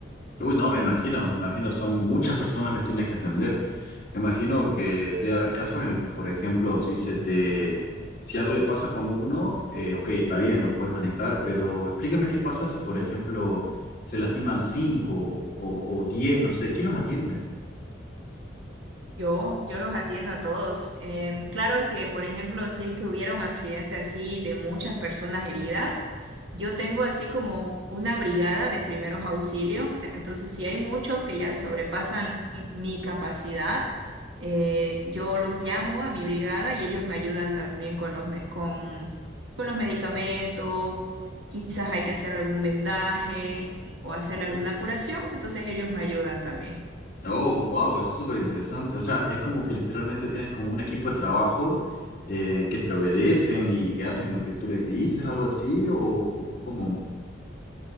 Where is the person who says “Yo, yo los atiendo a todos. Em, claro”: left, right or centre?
Right